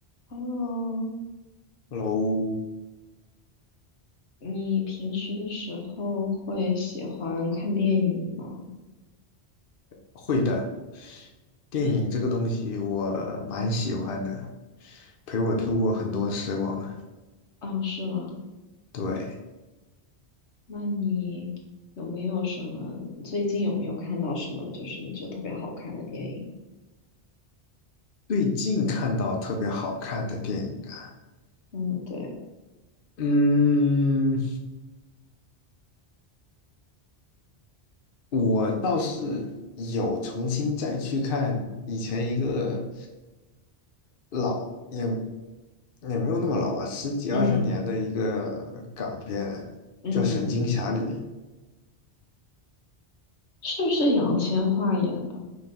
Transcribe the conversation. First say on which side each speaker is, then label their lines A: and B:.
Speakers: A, on the left; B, on the left.
A: Hello，
B: Hello，
A: 你平时的时候会喜欢看电影吗？
B: 会的，电影这个东西我蛮喜欢的，陪我度过很多时光啊。
A: 哦，是吗？
B: 对，
A: 那你有没有什么，最近有没有看到什么就是你觉得特别好看的电影？
B: 最近看到特别好看的电影啊，
A: 嗯，对，
B: 嗯，我倒是有重新再去看以前一个老，也也没有那么老吧，十几二十年的一个港片，
A: 嗯嗯嗯嗯，
B: 叫《神经侠侣》，
A: 是不是杨千嬅演的？